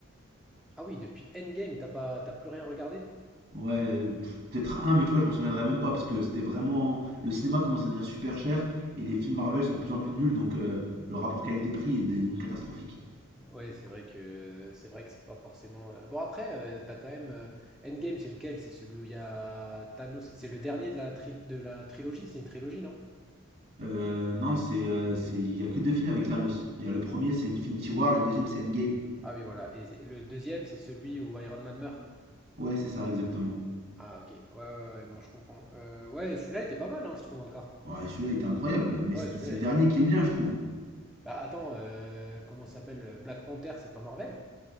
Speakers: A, in the centre; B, on the right.
A: Ah oui, depuis Endgame, t'as pas, t'as plus rien regardé?
B: Ouais, euh, pff, peut-être un, mais tu vois, je m'en souviendrai même pas parce que c'était vraiment. Le cinéma commence à devenir super cher et les films Marvel sont de plus en plus nuls donc euh, le rapport qualité-prix est devenu catastrophique.
A: Ouais, c'est vrai que c'est vrai que c'est pas forcément. euh, Bon après, euh, t'as quand même euh, Endgame, c'est lequel? C'est celui où il y a Thanos. C'est le dernier de la tri- de la trilogie. C'est une trilogie, non?
B: Euh, non, c'est, euh, c'est... il y a que deux films avec Thanos. Il y a le premier, c'est Infinity War et le deuxième, c'est Endgame.
A: Ah oui, voilà. Et c'est- le deuxième, c'est celui où Iron Man meurt.
B: Ouais, c'est ça, exactement.
A: Ah ok. Ouais, ouais, ouais, non, je comprends. Euh, ouais, celui-là était pas mal, hein, je trouve encore.
B: Ouais, celui-là était incroyable, mais
A: Ouais,
B: c'était...
A: celui-là.
B: c'est le dernier qui est bien, je trouve.
A: Bah attends, euh, comment ça s'appelle? euh, Black Panther, c'est pas Marvel?